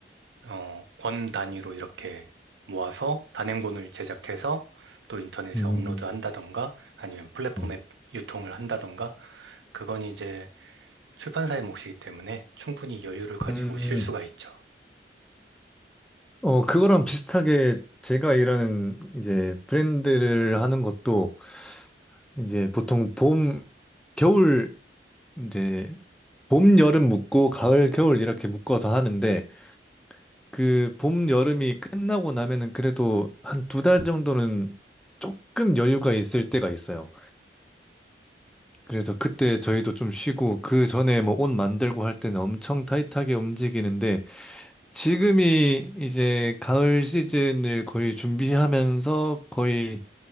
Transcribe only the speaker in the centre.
음,
네.
음,
어, 그거랑 비슷하게 제가 일하는 이제 브랜드를 하는 것도 이제 보통 봄, 겨울 이제 봄, 여름 묶고 가을, 겨울 이렇게 묶어서 하는데 그 봄, 여름이 끝나고 나면은 그래도 한 두 달 정도는 조금 여유가 있을 때가 있어요. 그래서 그때 저희도 좀 쉬고 그 전에 뭐 옷 만들고 할 때는 엄청 타이트하게 움직이는데 지금이 이제 가을 시즌을 거의 준비하면서 거의